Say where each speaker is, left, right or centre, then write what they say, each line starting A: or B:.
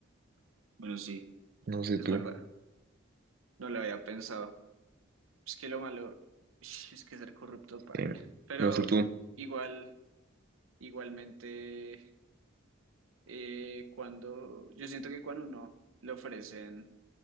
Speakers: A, on the right; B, on the right.
A: Bueno, sí,
B: No sé
A: es verdad.
B: tú,
A: No lo había pensado. Es que lo malo ish, es que ser corrupto paila.
B: eh,
A: Pero
B: no sé tú,
A: igual, igualmente, eh, cuando yo siento que cuando uno le ofrecen